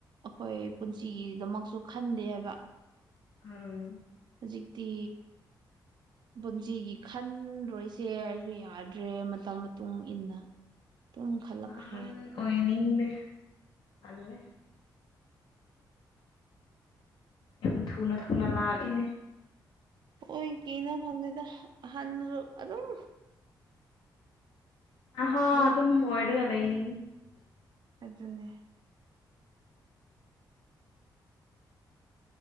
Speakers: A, on the right; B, on the left.
A: ꯑꯩꯈꯣꯏ
B: ꯎꯝ
A: ꯄꯨꯟꯁꯤꯒꯤꯗꯃꯛꯁꯨ ꯈꯟꯗꯦ ꯍꯥꯏꯕ
B: ꯎꯝ
A: ꯖꯤꯛꯇꯤ ꯄꯨꯟꯁꯤꯒꯤ ꯈꯟꯔꯣꯏꯁꯦ ꯍꯩꯁꯨ ꯌꯥꯗ꯭ꯔꯦ ꯃꯇꯝ ꯃꯇꯨꯡ ꯏꯟꯅ ꯇꯨꯝ ꯈꯂꯛꯈ꯭ꯔꯦ
B: ꯑꯍꯟ ꯑꯣꯏꯅꯤꯡꯗꯦ ꯇꯜꯂꯦ ꯌꯥꯝ ꯊꯨꯅ ꯊꯨꯅ ꯂꯥꯛꯑꯦꯅꯦ
A: ꯑꯣꯏ ꯀꯤꯅꯣ ꯈꯪꯗꯦꯗ ꯑꯍꯥꯟꯗꯁꯨ ꯑꯗꯨꯝ
B: ꯅꯍꯥꯥ
A: ꯎꯝ
B: ꯑꯗꯨꯝ ꯑꯣꯏꯔꯒ ꯂꯩꯅꯤꯡꯉꯤ
A: ꯑꯗꯨꯅꯦ